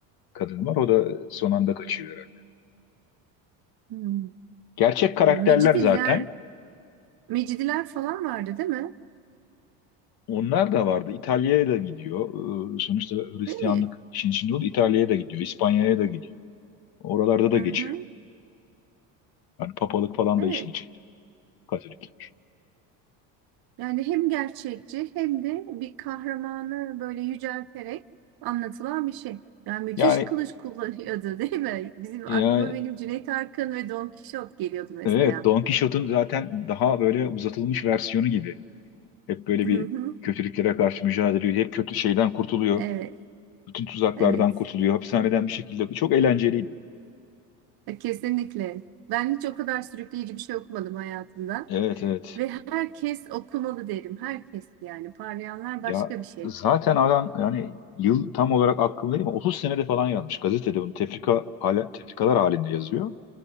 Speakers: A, on the left; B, on the right.
A: kadın var. O da son anda kaçıyor herhalde.
B: Hmm.
A: Gerçek karakterler
B: Ee, Mecidiler,
A: zaten.
B: Mecidiler falan vardı değil mi?
A: Onlar da vardı. İtalya'ya da gidiyor. Ee, Sonuçta Hristiyanlık
B: Değil mi?
A: işin içinde oldu. İtalya'ya da gidiyor. İspanya'ya da gidiyor. Oralarda da
B: Hı
A: geçiyor.
B: hı.
A: Yani papalık falan
B: Evet.
A: da işin içinde. Katolikler.
B: Yani hem gerçekçi hem de bir kahramanı böyle yücelterek anlatılan bir şey. Yani müthiş
A: Yani,
B: kılıç kullanıyordu <laughs> değil mi? Bizim
A: yani
B: aklıma benim Cüneyt Arkın ve Don Kişot geliyordu mesela.
A: evet Don Kişot'un zaten daha böyle uzatılmış versiyonu gibi. Hep böyle
B: Hı
A: bir
B: hı.
A: kötülüklere karşı mücadele ediyor. Hep kötü şeyden kurtuluyor.
B: Evet,
A: Bütün tuzaklardan
B: evet.
A: kurtuluyor. Hapishaneden bir şekilde. Çok eğlenceliydi.
B: E, Kesinlikle. Ben hiç o kadar sürükleyici bir şey okumadım hayatımda.
A: Evet evet.
B: Ve herkes okumalı derim. Herkes yani. Parlayanlar başka
A: Ya
B: bir şey.
A: zaten adam yani yıl tam olarak aklımda değil ama 30 senede falan yazmış. Gazetede bunu tefrika, hala, tefrikalar halinde yazıyor.